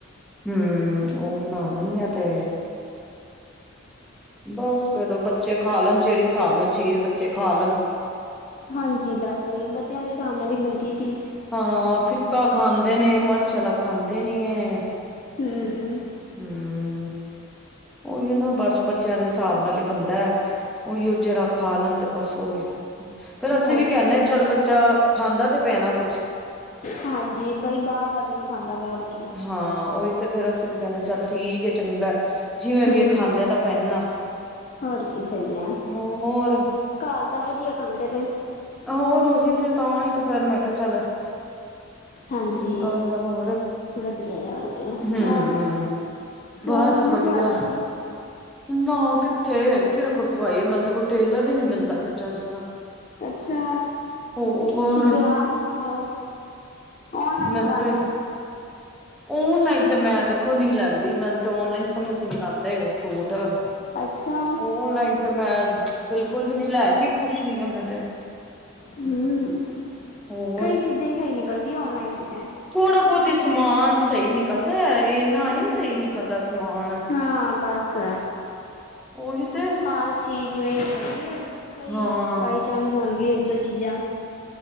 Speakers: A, in the centre; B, on the left.
A: ਹਮ ਉਹ ਬਣਾ ਲੈਣੇ ਆਂ ਤੇ ਬਸ ਫੇਰ ਉਹ ਬੱਚੇ ਖਾ ਲੈਣ ਜਿਹੜੀ ਸਾਬ ਨਾਲ ਚੀਜ਼ ਬੱਚੇ ਖਾ ਲੈਣ।
B: ਹਾਂਜੀ, ਬਸ ਉਹੀ ਬੱਚਿਆਂ ਦੇ ਹਿਸਾਬ ਨਾਲ ਈ ਬਣਦੀ ਏ ਚੀਜ਼।
A: ਹਾਂ ਫਿੱਕਾ ਖਾਂਦੇ ਨੇ ਮਿਰਚ ਆਲਾ ਖਾਂਦੇ ਨੀ ਐ।
B: ਹਮ
A: ਹਮ, ਉਹੀਓ ਨਾ ਬਸ ਬੱਚਿਆਂ ਦੇ ਹਿਸਾਬ ਨਾਲ ਹੀ ਬਣਦੈ। ਉਹੀਓ ਜਿਹੜਾ ਖਾ ਲੈਣ ਤੇ ਬਸ ਓਈ। ਫੇਰ ਅਸੀਂ
B: ਹੋਰ
A: ਵੀ ਕਹਿਨੇ
B: ਕੀ
A: ਹਾਂ ਚੱਲ ਬੱਚਾ ਖਾਂਦਾ ਤੇ ਪਿਐ ਨਾ ਕੁਛ।
B: ਹਾਂਜੀ, ਬਈ ਬਾਰ ਦਾ ਤੇ ਨਹੀਂ ਖਾਂਦਾ ਪਿਆ ਹੋਰ ਕੀ।
A: ਹਾਂ ਉਹੀ ਤੇ ਫੇਰ ਅਸੀਂ ਵੀ ਕਹਿੰਨੇ ਚੱਲ ਠੀਕ ਏ ਚੰਗੈ। ਜਿਵੇਂ
B: ਹੂੰ
A: ਵੀ ਏ ਖਾਂਦੇ ਤਾਂ ਪਏ ਨਾ
B: ਹੋਰ ਕੀ ਸਈ ਐ,
A: ਹੋਰ
B: ਘਰ ਦਾ ਵਧੀਆ ਖਾਂਦੇ ਪਏ ਨੇ।
A: ਹੋਰ ਉਹੀ ਤੇ ਤਾਂ ਹੀ ਤੇ ਫੇਰ ਮੈਂ ਕਿਹਾ ਚੱਲ
B: ਹਾਂਜੀ
A: ਚੰਗਾ ਹੋਰ
B: ਵਧੀਐ ਯਾਰ ਤੇ
A: ਹੂੰ
B: ਹੋਰ ਸੂਟ-ਵੂਟ
A: ਬਸ
B: ਨੀ
A: ਵਧੀਆ
B: ਸਵਾਏ ਤੁਸੀਂ?
A: ਨਾ ਕਿੱਥੇ ਕਿਹਦੇ ਕੋਲ ਸਵਾਈਏ ਮੈਨੂੰ ਕੋਈ ਟੇਲਰ ਈ ਨੀ ਮਿਲਦਾ ਬੇਆਂ ਚੱਜ ਦਾ।
B: ਅੱਛਾ
A: ਹੋਰ
B: ਤੁਸੀਂ ਆਪ ਈ ਸੀ ਲੋ। ਔਨਲਾਈਨ
A: ਮੈਂਨ
B: ਮੰਗਾ
A: ਤੇ ਔਨਲਾਈਨ ਤੇ ਮੈਂ ਦੇਖੋ ਨੀ ਲੈਂਦੀ ਮੈਨੂੰ ਤੇ ਔਨਲਾਈਨ ਸਮਝ ਨੀਂ ਆਂਦੇ ਸੂਟ ਔਨਲਾਈਨ
B: ਅੱਛਾ
A: ਤੇ ਮੈਂ ਬਿਲਕੁਲ ਵੀ ਨੀ ਲੈ ਕੇ ਖੁਸ਼ ਨੀ ਆ ਮੈਂ ਤੇ
B: ਹਮ
A: ਹੋਰ
B: ਕਈ ਚੀਜ਼ਾਂ ਈ ਸਈ ਨਿਕਲਦੀਐ ਔਨਲਾਈਨ ਦੀ ਤੇ।
A: ਥੋੜਾ ਬੋਤ ਈ ਸਮਾਨ ਸਈ ਨਿਕਲਦੈ ਇੰਨਾ ਨੀ ਸਹੀ ਨਿਕਲਦਾ ਸਮਾਨ।
B: ਹਾਂ ਬਸ
A: ਓਹੀ ਤੇ
B: ਹਰ ਚੀਜ਼ ਇਵੇਂ ਨਿਕਲਦੀ ਏ ਕਈ
A: ਹਾਂ
B: ਬਾਈ ਚਾਂਸ ਹੋਣਗੇ ਇੱਕ ਦੋ ਚੀਜ਼ਾਂ